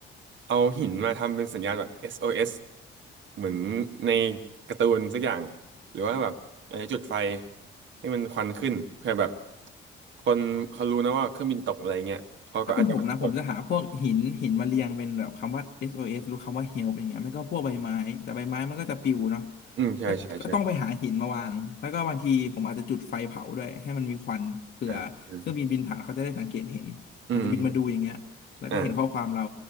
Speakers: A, on the right (about 70°); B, on the left (about 60°).
A: เอาหินมาทำเป็นสัญญาณแบบ SOS เอสเหมือนในการ์ตูนสักอย่างหรือว่าแบบอาจจะจุดไฟให้มันควันขึ้นเพื่อแบบคนเขารู้นะว่าเครื่องบินตกอะไรเงี้ยเขาก็อาจจะมาสำรวจ
B: ถ้าเป็นผมนะผมจะหาพวกหินหินมาเรียงเป็นแบบคำว่า SOS หรือคำว่า help อย่างเงี้ยไม่ก็พวกใบไม้แต่ใบไม้มันก็จะปลิวเนาะ
A: อืมใช่ใช่ใช่
B: ก็ก็ต้องไปหาหินมาวางแล้วก็บางทีผมอาจจะจุดไฟเผาด้วยให้มันมีควันเผื่อเครื่องบินบินผ่านเขาจะได้สังเกตเห็นอาจจะบินมาดูอย่างเงี้ยแล้วก็เห็นข้อความเรา
A: อ่าอืมอืมอืมอ่า